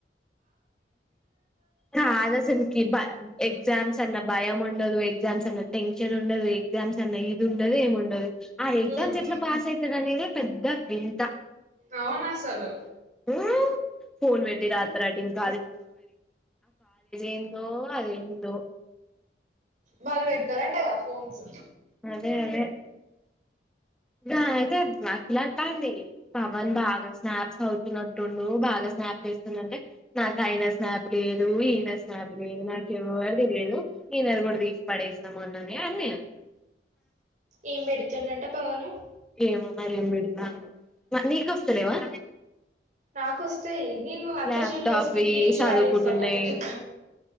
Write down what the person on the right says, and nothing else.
హ్మ్
అవును. ఆసలు
వాళ్ళు పెడతారు. అంట గా ఆ ఫోన్స్
ఏం పెడుతుండంట ప్పరా
నాకొస్తాయి నేను అంత
చూడలే స్కిప్ చేసి
పడేస్తా
టక టక